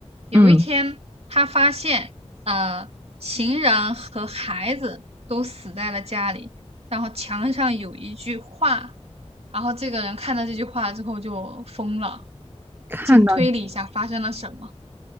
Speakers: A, on the right; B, on the right.
A: 有一天，
B: 嗯，
A: 他发现，呃，情人和孩子都死在了家里，然后墙上有一句话，然后这个人看到这句话之后就疯了。
B: 看到
A: 请推理一下发生了什么？